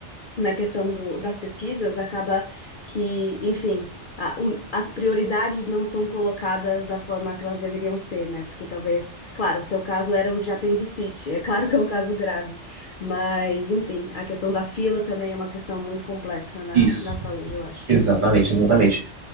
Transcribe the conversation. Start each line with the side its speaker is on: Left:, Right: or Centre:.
Left: na questão do, das pesquisas, acaba que, enfim, a- o- as prioridades não são colocadas da forma que elas deveriam ser, né? Porque talvez, claro, o seu caso era um de apendicite, é claro que é um caso grave, mas, enfim, a questão da fila também é uma questão muito complexa na,
Right: Isso.
Left: na saúde, eu acho.
Right: Exatamente, exatamente.
Left: Yeah.